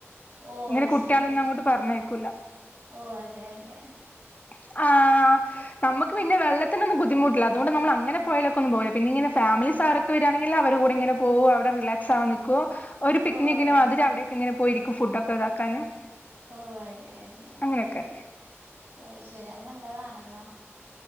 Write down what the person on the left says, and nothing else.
ഇങ്ങനെ.
കുട്ടിളൊന്നു.
അങ്ങോട്ട് പറഞ്ഞയക്കൂല
ആഹ്. ആഹ്. ആഹ് നമ്മക്ക് പിന്നെ, വെള്ളത്തിനൊന്നും ബദ്ധിമുട്ടില്ല. അതോണ്ട്, നമ്മള് അങ്ങനെ പോഴേലേക്കൊന്നും പോവില്ല. പിന്നെ ഇങ്ങനെ ഫാമിലിസ് ആരൊക്കെ വെരാണെങ്കിൽ, അവരെ കൂടെ ഇങ്ങനെ പോവു, അവിടെ റിലാക്സ് ആവാനിക്കു ഒരു പിക്നിക്കിനും
അതിര് അവിടെയൊക്കെ ഇങ്ങനെ പോയിരിക്കും ഫുഡോക്കെ, ഇതാക്കാന്
അങ്ങനെയൊക്കെ